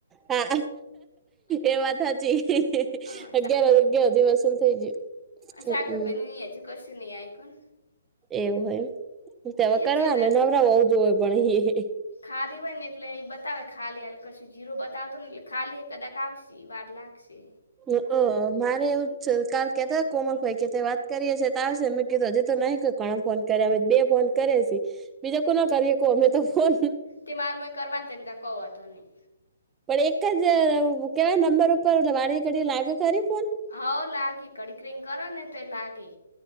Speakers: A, on the right; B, on the left.
A: હા, એ વાત સાચી.
B: હા
A: અગિયાર-અગિયાર દિવસ ફૂલ થઈ ગયું.
B: અ અગરપણી
A: હમ
B: ન હજુ કશું નહીં આયુ કન.
A: એવું હોય તો હવે
B: એ
A: કરવા
B: હજી
A: નવરા હો જો હોય પણ એ.
B: ખાધી હોય ને એટલે એ બતાવે. ખાલી હકું જીરો બતાવત ને એટલે ખાલીકા ઈ બાર લાખશે.
A: હું તો મારે એવું છે. કેતા કોમલભાઈ કે વાત કરીએ તો આવશે. મેં કીધું હજી તો નહીં, કોણ ફોન કરે? એ બે ફોન કરે. બીજા કો ના કરીએ, કો અમે તો ફોન.
B: તે મારામાં એ કરવાનું ને તેમને કહો વાઘો નહીં.
A: પણ એક જ કહેવાય નંબર ઉપર વળી ઘડી લાગે ખરી ફોન.
B: હા લાગે કડીકરિંગ કરો ને તો લાગે.